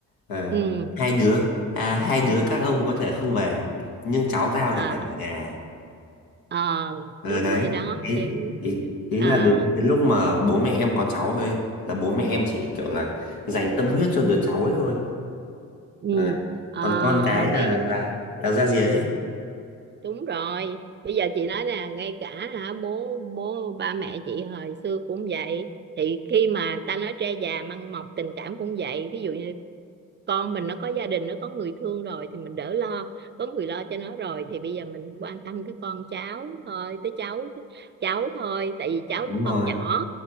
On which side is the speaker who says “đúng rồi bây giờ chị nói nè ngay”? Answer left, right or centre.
Right